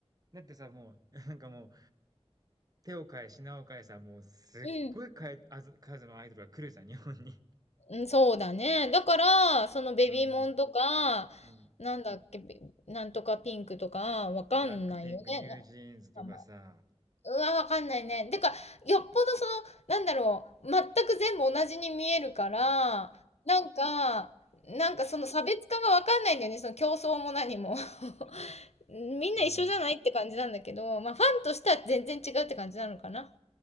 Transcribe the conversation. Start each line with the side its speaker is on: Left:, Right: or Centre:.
Right: だってさ、もう、なんかもう、手を変え品を変えさ、もうすっごい変えあず数のアイドルが来るじゃん、
Left: うん。
Right: 日本に。
Left: うん、そうだね。だから、そのベビーモンとか、
Right: うん、うん。
Left: なんだっけ、べなんとかピンクとか、わかんないよね。
Right: ブラックピンク、ニュージーンズとかさ。
Left: な名前うわ、わかんないね。てか、よっぽどその、なんだろう、全く全部同じに見えるから、なんか、なんかその差別化がわかんないんだよね。その競争も何も。<laughs> みんな一緒じゃないって感じなんだけど、
Right: うん。
Left: まあファンとしては全然違うって感じなのかな。